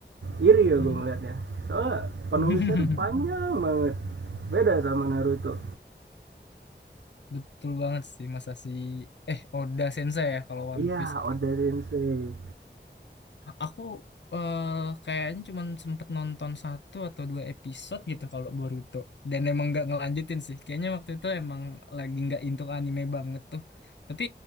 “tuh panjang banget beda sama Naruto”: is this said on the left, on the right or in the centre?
Right